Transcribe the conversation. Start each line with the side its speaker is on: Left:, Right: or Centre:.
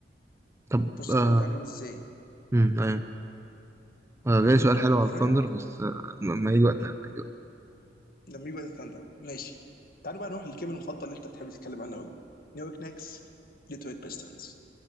Right: طب
Left: بص
Right: آه
Left: دول عاملين ازاي
Right: امم ايوه آه جاي سؤال حلو على
Left: فيا
Right: الثاندر بس آه ما ما يجي وقتها ما يجي
Left: لما يجوا ثاندر ماشي تعالوا بقى نروح للجيم المفضل اللي انت بتحب تتكلم عنه قوي نيويورك نيكس ديترويت بيستنز